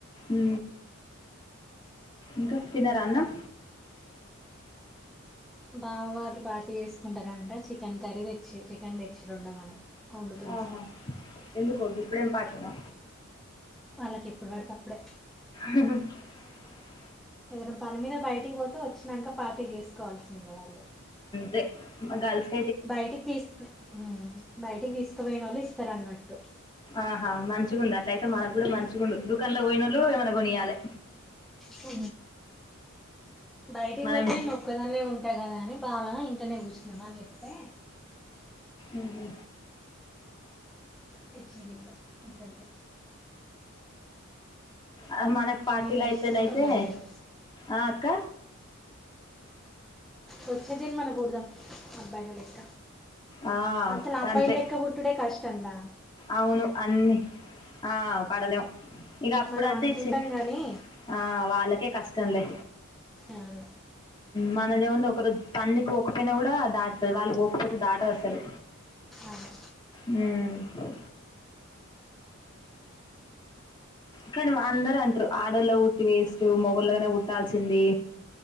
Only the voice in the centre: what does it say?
బామ వాళ్ళు పార్టీ చేసుకుంటారంట చికెన్ కర్రీ తెచ్చి చికెన్ తెచ్చిలు వండమని వండుతున్నా
వాళ్ళకి ఎప్పుడు పడితే అప్పుడే
ఏదైనా పని మీద బయటికి పోతే వచ్చినంక పార్టీ చేసుకోవాల్సిందే వాళ్ళు
బయటికి తీసుకు బయటికి తీసుకుపోయిన వాళ్ళు ఇస్తారు అన్నట్టు
హు బయటికి
పోతే నేను ఒక్కదాన్నే ఉంటా కదా ఆ బావ ఇంట్లోనే కూర్చుందామని చెప్తే
తెచ్చిల్లు ఇగ ఇక్కడికే
నన్ను
ఇక్కడ
ఇచ్చిపెట్టి ఉండలేడు
వచ్చే జన్మల పుడదాం అబ్బాయిల లెక్క
అసలు అబ్బాయిల్ల
లెక్క పుట్టుడే కష్టం రా
మనం
అనుకుంటాం
కానీ
అదే
అదే